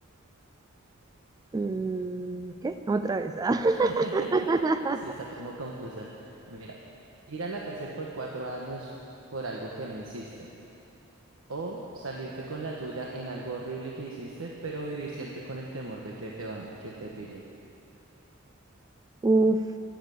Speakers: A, on the right; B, on the right.
A: Mm, ¿qué? Otra vez. ah.
B: <laughs>
A: <laughs>
B: Sí, está como confusa. Mira, ir a la cárcel por cuatro años por algo que no hiciste o salirte con la tuya en algo horrible que hiciste, pero vivir siempre con el temor de que te van, que te pillen.
A: Uf,